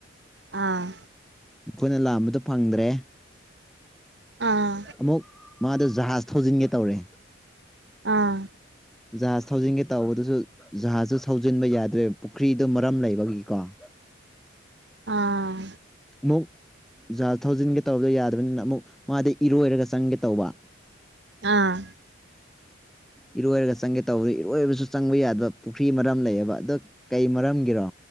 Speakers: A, on the right; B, in the centre.
A: ꯑꯥ
B: ꯑꯩꯈꯣꯏꯅ ꯂꯥꯝꯕꯗ ꯐꯪꯗ꯭ꯔꯦ
A: ꯑꯥ
B: ꯑꯃꯨꯛ ꯃꯥꯗ ꯖꯍꯥꯖ ꯊꯧꯖꯤꯟꯒꯦ ꯇꯧꯔꯦ
A: ꯑꯥ
B: ꯖꯍꯥꯖ ꯊꯧꯖꯤꯟꯒꯦ ꯇꯧꯕꯗꯨꯁꯨ ꯖꯍꯥꯖꯁꯨ ꯊꯧꯖꯤꯟꯕ ꯌꯥꯗ꯭ꯔꯦꯕ ꯄꯨꯈ꯭ꯔꯤꯗꯨ ꯃꯔꯝ ꯂꯩꯕꯒꯤꯀꯣ <inaudible>
A: ꯑꯥ
B: ꯑꯃꯨꯛ ꯖꯥ ꯊꯧꯖꯤꯟꯒꯦ ꯇꯧꯕꯗꯣ ꯌꯥꯗꯕꯅꯤꯅ ꯑꯃꯨꯛ ꯃꯥꯗ ꯏꯔꯣꯏꯔꯒ ꯆꯪꯒꯦ ꯇꯧꯕ
A: ꯑꯥ
B: ꯏꯔꯣꯏꯔꯒ ꯆꯪꯒꯦ ꯇꯧꯕꯗ ꯏꯔꯣꯏꯕꯁꯨ ꯆꯪꯕ ꯌꯥꯗꯕ ꯄꯨꯈ꯭ꯔꯤ ꯃꯔꯝ ꯂꯩꯌꯦꯕ ꯑꯗꯣ ꯀꯩ ꯃꯔꯝꯒꯤꯔꯣ